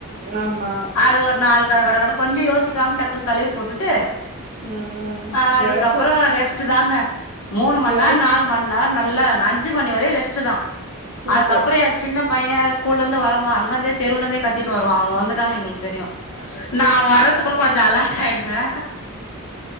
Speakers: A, on the right (about 35°); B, on the left (about 80°).
A: நாமா
B: அது ஒரு நாள் கட கடகடன் கொஞ்சோ யோசிக்காம டக்குன் கழுவி போட்டுட்டு
A: ம்
B: ஆ அதுக்கப்பறோ
A: எனக்கு
B: ரெஸ்ட்டு தாங்க மூணு மண்
A: எனக்
B: நேர் நால் மண் நா நல்லா நஞ்சி மணி வரை ரெஸ்ட்டுதா
A: சூப்பர்
B: அதுக்கப்றோ ஏ சின்ன பையே ஸ்கூல்லந்து வருவா அங்கந்தே தெருவுலந்தே கத் தினு வருவா அவ வந்துட்டானு எங்களுக் தெரியு நா அவ வரதுக்குருக் கொஞ்சோ அலாட் ஆயிடுவே